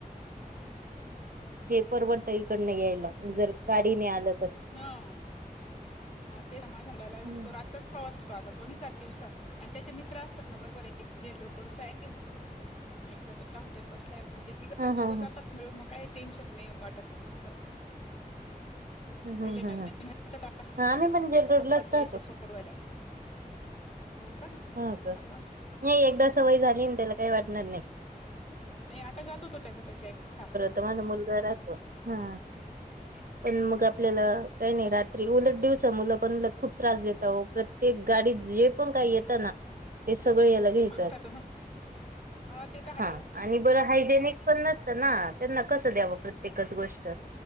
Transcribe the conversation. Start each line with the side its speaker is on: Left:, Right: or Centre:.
Right: हे परवडतय हिकडंन यायला, जर गाडीने आलं तर.
Left: हम. तेच ना, माझ्या मुलाला रातचाच
Right: हम्म
Left: प्रवास करतो आता. तो नाही जात दिवसा आणि त्यांचे मित्र असतात ना, बरोबर एक जेल रोडचा आहे. एक <unintelligible> हॉटेल पसला आहे. मग ते तिघं
Right: हा
Left: चौघं
Right: हा
Left: जातात,
Right: हा
Left: मिळून काही टेन्शन वाटत असं.
Right: ह ह
Left: पहिले नवी
Right: ह
Left: नवीन वचा तास
Right: हा
Left: त्याचे
Right: आम्ही पण जेल रोडलाच
Left: पप्पाच जायचे
Right: राहतो
Left: सोडवायला. अ्हो का?
Right: ह का?
Left: अरे वा
Right: नाही एकदा सवय झाली न् त्याला काही वाटणार नाही.
Left: हो नाही आता जात होतो त्याच त्याचा एखटा.
Right: तो माझा मुलगा राहतो. हं. पण मग आपल्याला काही नाही रात्री उलट दिवसा मुलं पण लय खूप त्रास देता ओ. प्रत्येक गाडीत जे पण काही येत ना ते सगळ ह्याला घ्यायचं
Left: ते मागतात
Right: असत.
Left: हा ते तर हायच
Right: हां
Left: ओ
Right: आणि बर हायजेनिक पण नसत ना त्यांना कस द्याव प्रत्येकच गोष्ट